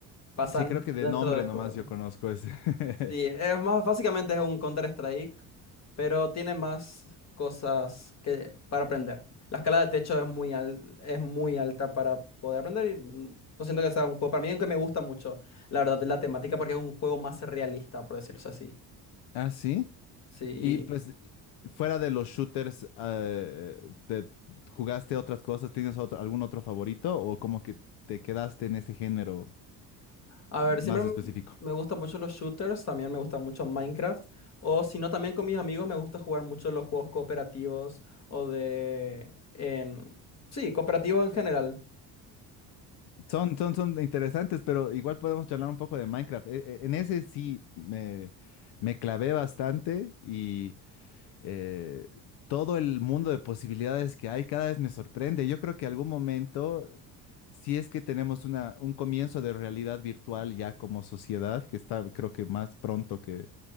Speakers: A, on the left; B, on the left.
A: pasan
B: Sí, creo que de
A: dentro
B: nombre
A: del juego.
B: nomás yo conozco ese. <laughs>
A: Sí, es más, básicamente es un Counter-Strike, pero tiene más cosas que, para aprender. La escala de techo es muy, al- es muy alta para poder aprender y mm, no siento que sea un juego para mí, aunque me gusta mucho, la verdad, la temática porque es un juego más realista, por decirlo así.
B: Ah, sí.
A: Sí,
B: Y pues, fuera de los shooters, eh, ¿te jugaste otras cosas? ¿Tienes otro- algún otro favorito? ¿O como que te quedaste en este género
A: a
B: más
A: ver, siempre m-
B: específico?
A: me gustan mucho los shooters, también me gusta mucho Minecraft, o si no, también con mis amigos me gusta jugar mucho los juegos cooperativos o de... En, sí, cooperativos en general.
B: Son, son, son interesantes, pero igual podemos charlar un poco de Minecraft. E- e- En ese sí me, me clavé bastante y eh, todo el mundo de posibilidades que hay cada vez me sorprende. Yo creo que algún momento, si es que tenemos una, un comienzo de realidad virtual ya como sociedad, que está creo que más pronto que,